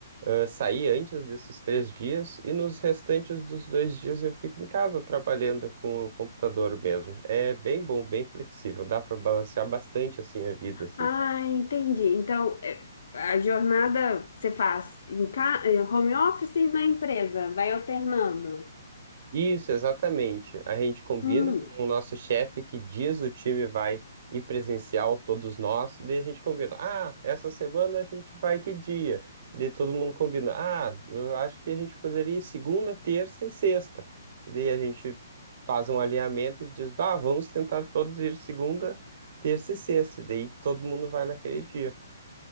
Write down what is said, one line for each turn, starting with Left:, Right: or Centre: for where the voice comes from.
Right: eh, sair antes desses três dias, e nos restantes dos dois dias eu fico em casa trabalhando com o computador mesmo. É bem bom, bem flexível, dá para balancear bastante assim a vida, assim.
Left: Ah, entendi. Então, é, a jornada você faz em ca... eh, home office e na empresa, vai alternando.
Right: Isso, exatamente. A gente combina
Left: Hum.
Right: com o nosso chefe que dias o time vai ir presencial, todos nós, e daí a gente combina. Ah, essa semana a gente vai que dia? Daí todo mundo combina. Ah, eu acho que a gente poderia ir segunda, terça e sexta. E daí a gente faz um alinhamento e diz, bah, vamos tentar todos ir segunda, terça e sexta. E Daí todo mundo vai naquele dia.